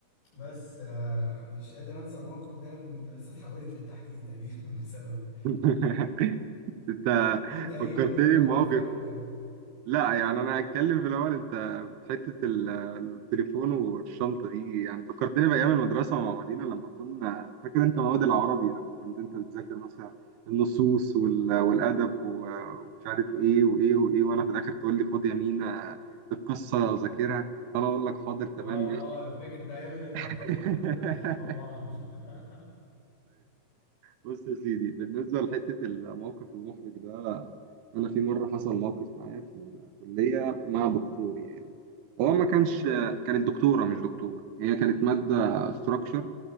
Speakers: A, on the left (about 70°); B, on the right (about 80°).
A: بس آه مش قادر أنسى الموقف ده لأن المدرسة اتحولت للتحقيق تقريبا <laughs> بسببي
B: <laughs> انت
A: انت ايه
B: فكرتني
A: اكتر موقف
B: بمواقف
A: فاكره يعني
B: لا يعني انا هتكلم في الاول انت في حتة ال- التليفون والشنطة دي يعني فكرتني بأيام المدرسة مع بعضينا لما كنا فاكر انت مواد العربي لما كنت انت بتذاكر مثلا النصوص وال- والأدب و- ومش عارف ايه وايه وايه وانا في الآخر تقول لي خد يا مينا القصة ذاكرها فانا اقول لك حاضر تمام
A: اه
B: ماشي
A: اه انا فاكر ده ايام الامتحانات
B: <laughs>
A: لما كنا بنحل مع بعض <laughs>
B: بص يا سيدي بالنسبة لحتة الموقف المحرج ده أنا في مرة حصل موقف معايا في الكلية مع دكتور يعني هو ما كانش
A: امم
B: كانت دكتورة مش دكتور هي كانت مادة ستراكشر